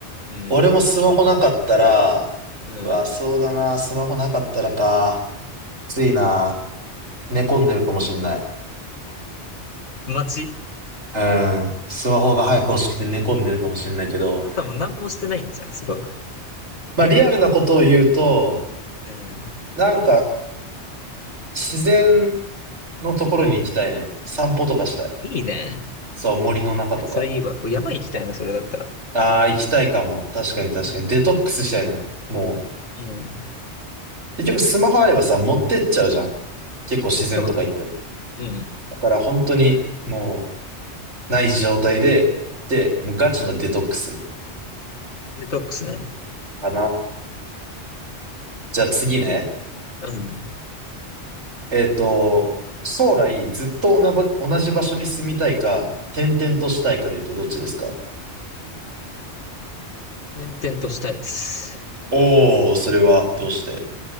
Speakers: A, on the left; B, on the right.
A: うん。
B: 俺もスマホなかったら、
A: うん。
B: うわ、そうだな。スマホなかったらか。きついな。寝込んでるかもしんない。
A: 街
B: うん。スマホが早く欲しくて寝込んでるかもしんないけど、
A: まあ多分何もしてないんじゃん、それは。
B: まあ、リアルなことを言うと、
A: うん。
B: なんか、自然のところに行きたいね。散歩とかしたい。
A: いいね。
B: そう、森の中とか。
A: それいいわ。山行きたいな、それだったら。
B: ああ、行きたいかも。確かに確かに。
A: うん。
B: デトックスしたいね。も
A: うん。
B: う、結局スマホあればさ、持ってっちゃうじゃん。結構自然とか行っても。
A: そうなのね。うん。
B: だから本当に、もう、ない状態で行って、もうガチのデトックス
A: デトックスね。
B: かな。じゃあ次ね。
A: うん。
B: えっと、将来ずっと同ば同じ場所に住みたいか、転々としたいかで言うとどっちですか
A: 転々としたいです。
B: おー、それはどうして